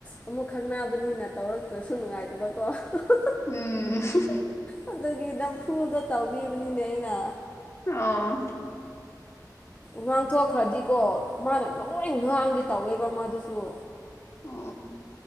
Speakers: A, on the left; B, on the left.
A: ꯑꯃꯨꯛ ꯈꯪꯅꯕꯅꯤꯅ ꯇꯧꯔꯛꯇ꯭ꯔꯁꯨ ꯅꯨꯡꯉꯥꯏꯇꯕꯀꯣ ꯍ ꯍ
B: ꯎꯝ ꯍ ꯍ
A: ꯑꯗꯨꯗꯒꯤ ꯅꯝꯐꯨꯗ ꯇꯧꯕꯕꯅꯤꯅꯦ ꯑꯩꯅ
B: ꯑꯣ
A: ꯉꯥꯡꯊꯣꯛꯈ꯭ꯔꯗꯤꯀꯣ ꯃꯥꯅ ꯂꯣꯏ ꯉꯥꯡꯒꯦ ꯇꯧꯋꯦꯕ ꯃꯥꯗꯨꯁꯨ
B: ꯑꯣ